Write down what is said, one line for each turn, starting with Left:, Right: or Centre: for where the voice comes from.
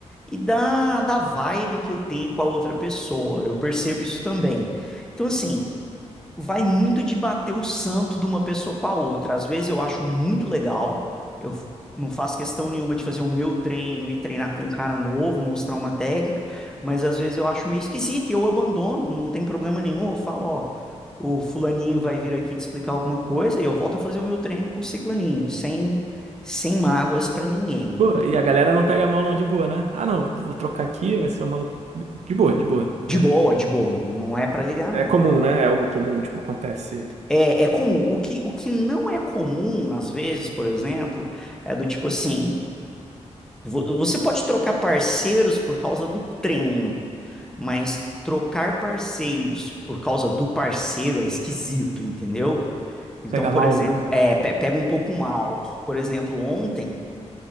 Centre: e da, da vibe que eu tenho com a outra pessoa. Eu percebo isso também. Então, assim, vai muito de bater o santo de uma pessoa com a outra. Às vezes eu acho muito legal, eu f- não faço questão nenhuma de fazer o meu treino e treinar com um cara novo, mostrar uma técnica, mas às vezes eu acho meio esquisito e eu abandono, não tem problema nenhum. Eu falo, ó, o fulaninho vai vir aqui te explicar alguma coisa e eu volto a fazer o meu treino com o ciclaninho, sem, sem mágoas pra ninguém.
Right: Pô, e a galera não pega mal, não, de boa, né? Ah, não, vou trocar aqui, vai ser um maluco. De boa, de boa,
Centre: De
Right: né?
Centre: boa, de boa, não é pra ligar,
Right: É
Centre: não.
Right: comum, né? É algo comum, tipo, acontece.
Centre: É, é comum. O que, o que não é comum, às vezes, por exemplo, é do tipo assim. Vo- Você pode trocar parceiros por causa do treino, mas trocar parceiros por causa do parceiro é esquisito, entendeu? Então,
Right: Pega
Centre: por
Right: mal,
Centre: exemplo,
Right: mano.
Centre: é, pe- pega um pouco mal. Por exemplo, ontem